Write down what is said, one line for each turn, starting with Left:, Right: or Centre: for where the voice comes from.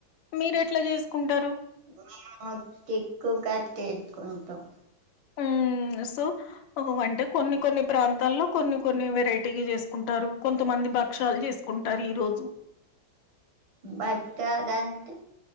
Left: మీరు ఎట్లా చేసుకుంటారు
Right: మేము ఎక్కువగా తేట్కుంటాం
Left: ఉ సో అంటే కొన్ని కొన్ని ప్రాంత తల్లో కొన్ని కొన్ని వెరైటీగా చేసుకుంటారు కొంతమంది భక్ష్యాలు చేసుకుంటారు ఈ రోజు
Right: భక్షాలు అంతే